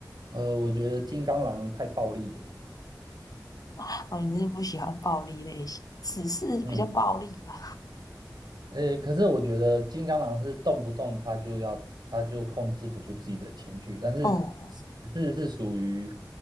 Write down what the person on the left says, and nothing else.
<laughs> 哦，你是不喜欢暴力类型，十四比较暴力吧？
嗯，